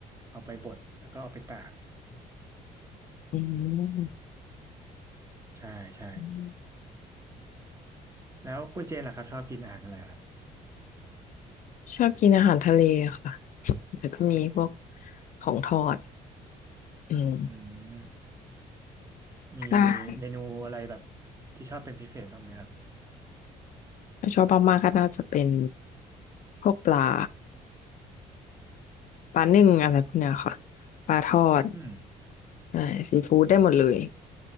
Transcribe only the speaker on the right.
เอาไปบดแล้วก็เอาไปตาก
ใช่ใช่
แล้วคุณเจนล่ะครับชอบกินอาหารอะไรครับ
อืม มี
เมนูอะไรแบบที่ชอบเป็นพิเศษบ้างไหมครับ
อืม